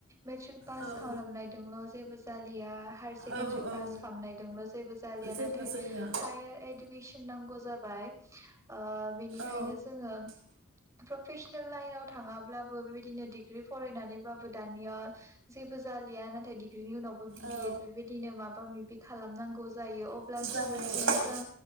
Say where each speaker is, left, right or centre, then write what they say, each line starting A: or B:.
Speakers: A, on the right; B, on the right.
A: मेट्रिक पास
B: औ
A: खालामनायदोंल जेबो जालिया हायर से केनद्रि
B: औ
A: पास
B: औ
A: खालामनायदोंबो जेबो जालिया
B: जेबो
A: नाथाय
B: जाया
A: हायार एदु नांगौ जाबाय ओ बेनिखायनो
B: औ
A: जोङो प्रफेशनेल लाइनाव थाङाब्लाबो बेबायदिनो डिग्रि फरायनानैबाबो दानिया जेबो जालिया नाथाय डिग्रिनि उनावबो बि
B: औ
A: एद बेबायदिनो माबा माबि खालामनांगौ जायो अ ब्लासो
B: जायो
A: मोनसे
B: औ
A: मोजां